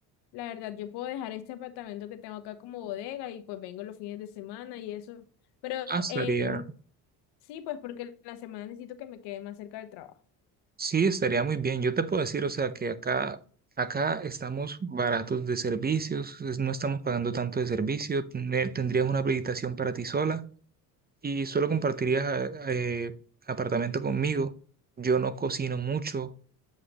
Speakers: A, on the left; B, on the right.
A: la verdad yo puedo dejar este apartamento que tengo acá como bodega y pues vengo los fines de semana y eso. Pero
B: ah, estaría,
A: en sí, pues porque la semana necesito que me quede más cerca del trabajo.
B: sí, estaría muy bien. Yo te puedo decir, o sea, que acá, acá estamos baratos de servicios, es- no estamos pagando tanto de servicio, ne- tendrías una habilitación para ti sola y solo compartirías a- eh, apartamento conmigo. Yo no cocino mucho,